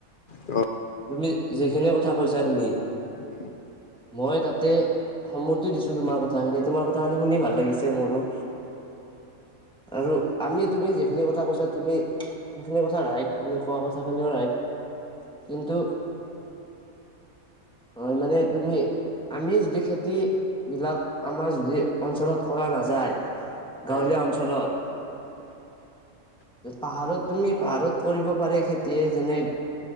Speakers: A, on the left; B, in the centre.
A: হয়
B: তুমি যিখিনি কথা কৈছা তুমি।
A: উম,
B: মই তাতে সন্মতি দিছো তোমাৰ কথাখিনি তোমাৰ কথাখি শুনি ভাল লাগিছে মোৰো। আৰু আমি তুমি যিখিনি কথা কৈছা, তুমি সেইখিনি কথা ৰাইত। তুমি কোৱা কথা খিনিও ৰাইত। কিন্তু, অ, মানে তুমি আমি যদি খেতিবিলাক আমাৰ যদি অঞ্চলত কৰা নাযায়।
A: হয়
B: গাঁৱলীয়া অঞ্চলত, পাহাৰত তুমি পাহাৰত কৰিব পাৰে খেতি। যেনে